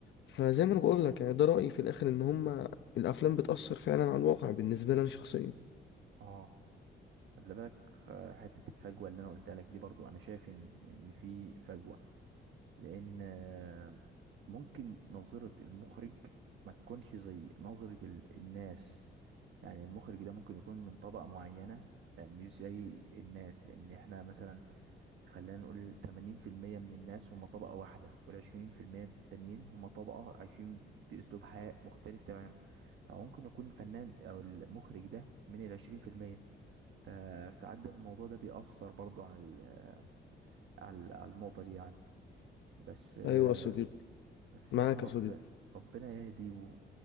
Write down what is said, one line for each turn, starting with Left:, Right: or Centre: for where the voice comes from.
Left: فزي ما انا بقول لك يعني ده رايي في الاخر ان هما الافلام بتاثر فعلا على الواقع بالنسبه لي انا شخصيا
Right: اه خلي بالك آه، حتة الفجوة اللي انا قلتها لك دي برضو انا شايف ان ان في فجوة لان آه، ممكن نظرة المخرج ما تكونش زي نظرة ال- الناس يعني المخرج ده ممكن يكون من طبقة معينة آه، مش زي الناس لان احنا مثلا خلينا نقول 80% من الناس هم طبقة واحدة وال20% التانيين هم طبقة عايشين بأسلوب حياة مختلف تماما فممكن يكون الفنان أو المخرج ده من العشرين في المية فساعات ده الموضوع ده بيأثر برضو على ال- على على النقطة دي يعني بس آه،
Left: ايوه يا صديقي
Right: بس
Left: معاك
Right: يعني رب
Left: يا صديقي
Right: ربنا يهدي و-